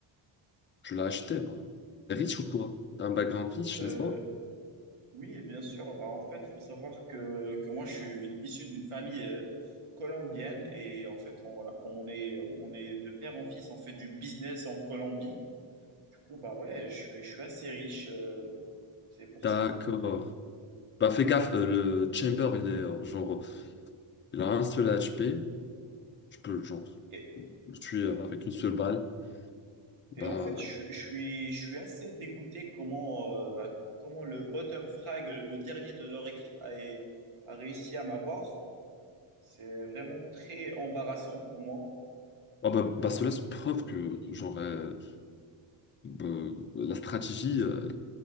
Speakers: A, on the left; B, on the right.
A: tu l'as acheté? Bon. T'es riche ou quoi? T'as un background riche,
B: Euh,
A: n'est-ce pas?
B: oui, bien sûr. Bah, en fait, il faut savoir que, que moi, je suis issu d'une famille euh, colombienne et en fait, on, voilà, on est, on est de père en fils, on fait du business en Colombie. Du coup, bah ouais, je suis, je suis assez riche, euh, c'est pour
A: D'accord.
B: ça.
A: Bah fais gaffe, euh, le chamber, il est euh, genre, il a un seul HP. Tu peux genre
B: Et,
A: le tuer euh, avec une seule balle. Bah,
B: et en fait, je, je suis, je suis assez dégoûté comment, euh, bah, comment le bottom frag, le dernier de leur équipe, a, a réussi à m'avoir. C'est vraiment très embarrassant pour moi.
A: oh, bah, bah, cela c'est preuve que genre euh, bah, la stratégie euh,